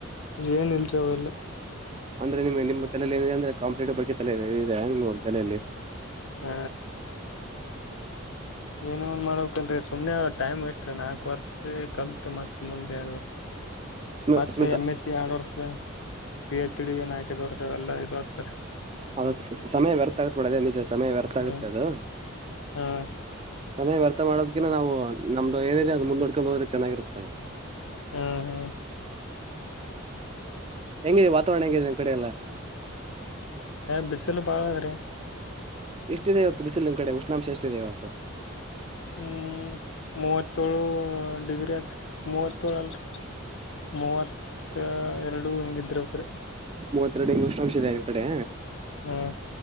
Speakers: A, on the left; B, on the right.
A: ಏನ್ ಇಲ್ರಿ ಅವೆಲ್ಲ
B: ಅಂದ್ರೆ ನಿಮ್ ನಿಮ್ಮ ಏನಿದೆ ಅಂದ್ರ ಕಂಪೆಟ್ಟಿವ್ ಬಗ್ಗೆ ತಲೆ ಇದೆ ಹೆಂಗ್ ತಲೆಯಲ್ಲಿ
A: ಹ ಏನೋನ್ ಮಾಡ್ಬೇಕಣ್ರೀ ಸುಮನೆ ಟೈಮ್ ವೇಸ್ಟ್ ನಾಕು ವರ್ಷ ಕಲ್ತು ಮತ್ ಮುಂದೆ
B: ಸುಮ
A: ಮತ್ತೆ
B: ಸುಮ
A: ಎಮ್ ಎಸ್ ಸಿ ಎಡ್ವರ್ಷ್ನಾ ಪಿ ಹೆಚ್ ಕಿಡಿ ನಾಯ್ಕದವರ್ಸ ಎಲ್ಲ ಇದು ಆತ್ತ
B: ಅದ ಸಮಯ ವ್ಯರ್ಥ ಆಗತ್ಬೂಡದೆ ನಿಜ, ಸಮಯ ವ್ಯರ್ಥ ಆಗುತ್ತೆ
A: ಹ್ಮ್
B: ಅದು
A: ಹ್ಮ್
B: ಸಮಯ ವ್ಯರ್ಥ ಮಾಡೋದ್ಕಿಂತ ನಾವು ನಮ್ದು ಏನಿಲ್ಲ ಅದು ಮುಂದೋಡ್ಕೊಂಡು ಹೋದ್ರೆ ಚೆನ್ನಾಗಿರುತ್ತೆ ಅದು
A: ಹ್ಮ್ ಹ್ಮ್
B: ಹೆಂಗಿದೆ ವಾತಾವರಣ ಹೆಂಗಿದೆ ನಿಮ್ಮ ಕಡೆೆಯ ಎಲ್ಲ
A: ಬಿಸಿಲು ಬಾಳ ಅದ್ರಿ
B: ಎಷ್ಟಿದೆ ಇವತ್ತು ಬಿಸಿಲ್ ನಿಮ್ಮ್ ಕಡೆ ಉಷ್ಣಾಂಶ ಎಷ್ಟಿದೆ ಇವತ್ತು.
A: ಹ್ಮ್ ಮೂವತ್ತೋೇಳು ಡಿಗ್ರಿ ಅದ್ರ ಮೂವತ್ತೇಳು ಅಲ್
B: ಚು ಚು
A: ಮೂವತ್ತ ಎರಡು ಹೀಂಗಿದ್ರೆಕ್ರೀ
B: ಮೂವತ್ತೆರಡು ಹಿ್ ಉಷ್ಣಾಂಶ ಇದೆ ನಿಮಮ್ಮ ಕಡೆ
A: ಹ್ಮ್